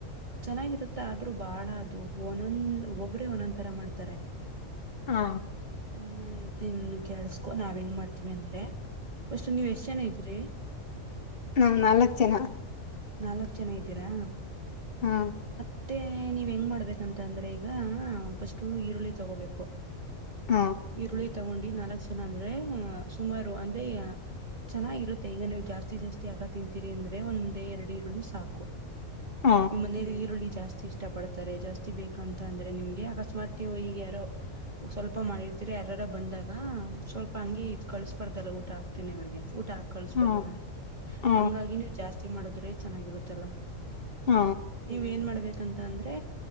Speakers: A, on the right (about 35°); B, on the left (about 45°).
A: ಚೆನ್ನಾಗಿರುತ್ತೆ ಆದ್ರರು ಬಾಳ ಅದು ಒಂದೊಂದ ಹ್ಮ ಒಬ್ಬ್ರೇ ಒಂದೊಂದ್ ತರ ಮಾಡ್ತಾರೆ
B: ಹಾ
A: ಹ್ಮ ನಾನ್ ಇವತ್ತ ಇನ್ ಕೆೇಳಸ್ಕೊ ನಾವ್ ಹೆಂಗ್ ಮಾಡ್ತೀವಿ ಅಂದ್ರೆ ಬಸ್ು ನೀವ್ ಎಷ್ಟ್ ಜನ ಇದ್ರರಿ
B: ನಾ್ ನಾಲ್ಕ್ ಜನ
A: ನಾಲ್ಕ್ ಜನ ಇದ್ದೀರಾ
B: ಹಾ
A: ಮತ್ತೆ ನೀವ್ ಹೆಂಗ್ ಮಾಡ್ಬೇಕಂತ ಅಂದ್ರೆ ಈಗ ಫಸ್ಟ್ು ಈರುಳ್ಳಿ ತಗೋಬೇಕು
B: ಹ
A: ಈರುಳ್ಳಿ ತಗೊಂಡಿ ನಾಲ್ಕು ಜನ ಅಂದ್ರೆ ಸುಮಾರು ಅಂದ್ರೆ ಚೆನ್ನಾಗಿರುತ್ತೆ ಈಗ ನೀವು್ ಜಾಸ್ತಿ ಜಾಸ್ತಿ ಆಗ ತಿಂತೀರಿ ಅಂದ್ರೆ ಒಂದ್ ಎರಡು ಈರುಳ್ಳಿ ಸಾಕು
B: ಹ
A: ನಿ ಮನೇ ಈರುಳ್ಳಿ ಜಾಸ್ತಿ ಜಾಸ್ತಿ ಇಷ್ಟ ಪಡ್ತಾರೆ ಜಾಸ್ತಿ ಬೇಕು ಅಂತ ಅಂದ್ರೆ ನಿಮ್ಗೆ ಅಕಸ್ಮಾತ್ೋಗ ಈಗ ಯಾರೋ ಸ್ವಲ್ಪ ಮಾಡಿರ್ತರ ಯಾರಾರ ಬಂದಾಗ ಸ್ವಲ್ಪ ಹಂಗಿ ಇ ಕಳಿಸಬಾರ್ದಲ್ಲ ಊಟ ಹಾತನೆ ಅವ್ರಿಗೆ ಊಟ ಹಾ ಕಳ್ಸ್ಬೇಕಲ್ಲ
B: ಹ ಹ
A: ಹಂಗಾಗಿ ನೀವು್ ಜಾಸ್ತಿ ಮಾಡುದ್ರೆ ಚೆನ್ನಾಗಿರುತ್ತಲ್ಲ
B: ಹ
A: ನೀವ ಏನ್ ಮಾಡ್ಬೇಕ ಯಂತ ಅಂದ್ರೆ